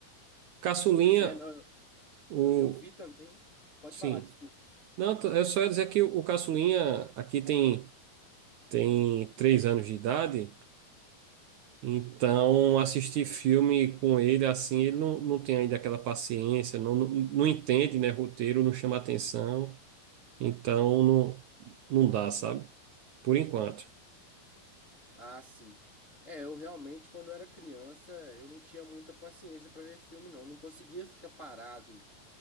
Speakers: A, on the right; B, on the left.
A: Caçulinha,
B: Pois é, não, eu
A: o,
B: ah, eu vi também. Pode
A: Sim.
B: falar, desculpa.
A: Não, t- eu só ia dizer que o o caçulinha aqui tem, tem três anos de idade, então assistir filme com ele assim, ele não, não tem ainda aquela paciência, não, não, não entende, né, roteiro, não chama atenção, então não, não dá, sabe? Por enquanto.
B: Ah, sim. É, eu realmente, quando era criança, eu não tinha muita paciência pra ver filme, não. Não conseguia ficar parado